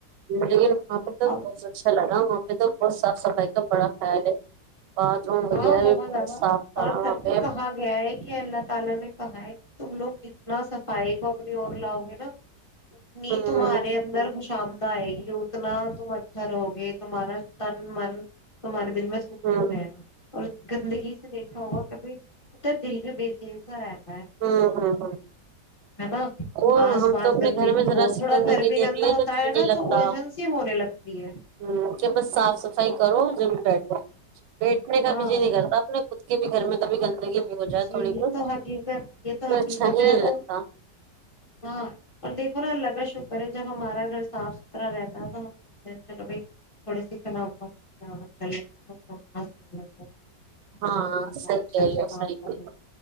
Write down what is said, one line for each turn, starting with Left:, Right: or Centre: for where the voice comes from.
Right: لیکن وہاں پہ تو
Left: اب
Right: بہت اچھا لگا وہ <unintelligible> تو بہت صاف صفائی کا بڑا خیال ہے باتھ روم وغیرہ
Left: <unintelligible>
Right: بھی بہت صاف تھا وہاں پہ
Left: تم لوگ جتنا سب فائی کو اپنی اور لاؤ گے نا اتنی
Right: ہوں
Left: تمہارے اندر خوش آمدہ آئے گی اتنا تم اھرو گے تمہارا تن من تمہاراری دل میں سکون
Right: ہوں
Left: رہا <unintelligible> اور گندگی سے دیکھا ہوگا کھی ات دل میں بیےچیر سا رہ ہے
Right: ہوں ہوں ہ
Left: نا
Right: اور
Left: آس
Right: ہم
Left: پاس
Right: تو اپنے
Left: گندگی
Right: گھر میں ذرا
Left: ہو
Right: سی
Left: تھوڑا
Right: گندگی
Left: گھر بھی
Right: دیکھ
Left: گندا
Right: لے
Left: ہوتا
Right: تو جی
Left: ہے
Right: نہیں
Left: نا
Right: لگتا
Left: تو الجھن سی ہونے لگتی ہے
Right: ہ کہ بس صاف صفائی کرو جم بیٹھو بیٹھنے کا
Left: ہاں
Right: بھیجی نہیں کرتا اپپ نے کھ کے بھی گھر میں بھی گندگی میں ہو جائے
Left: جی
Right: تھوڑی
Left: یہ
Right: بہت
Left: تو یہ توٹ
Right: تو اچھا ہی
Left: اور
Right: نہیں لگتا
Left: ہاں اور دیک تھنا الگ ہے شوکر ہے جب ہمارا گھر صاف ستھر رہتا ہے تو ہم سوچلو بھ تھوڑے سے کنا کتنا آتناس پڑ ہے
Right: ہاں
Left: بنتاچ
Right: صحیح کہہ رہے ہو
Left: <unintelligible> صاف
Right: صحیح
Left: کرنا
Right: کہہ